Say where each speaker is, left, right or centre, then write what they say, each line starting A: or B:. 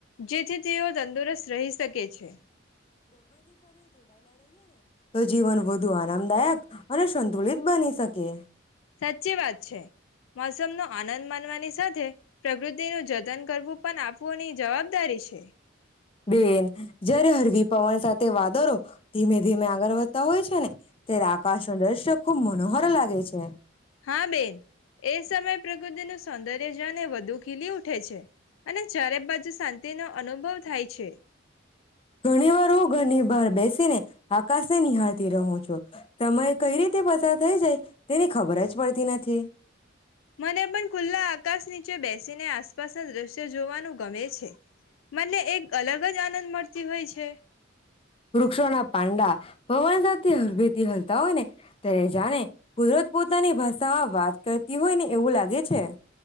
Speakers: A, on the left; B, on the left.
A: જેથી તેઓ તંદુરસ્ત રહી શકે છે.
B: અજીવન વ વધુ આરામદાયક અને સંતુલિત બની શકે <unintelligible> કે
A: સાચી વાત છે. મોસમનો આનંદ માનવાની સાથે પ્રકૃતિનું જતન કરવું પણ આપવુંની જવાબદારી છે
B: બેન જય્યારે હરવી પવન સાથે વાદરો ધીમે ધીમે આગળ વધતા હોય છે ને ત્યારે આકાશ નો દ્રશ્ય ખુબ મનોહર લાગે છે.
A: હા બેન એ સમયે પ્રકૃતિનું સૌંદર્ય જાને વધુ ખીલી ઉઠે છે. અને ચારે બાજુ શાંતિનો અનુભવ થાય છે.
B: ઘણી વાર ઘરની બાર બેસીને આકાશને નિહાળતી રહો છો તમે કઈ રીતે પસાર થઈ જાય તેને ખબર જ પડતી નથી.
A: મને પણ ખુલ્લા <unintelligible> બેસીને આસપાસના દ્રશ્ જોવાનું ગમે છે મને એક અલગ જ આનંદ મળતી હોય છે. છે.
B: વૃક્ષોના પાંડા. પવન સાથે હળવેથી હલતા હોય ને ત્યારે જાણે કુદરત પોતાની ભાષામાં વાત કરતી હોય ને એવું લાગે છે.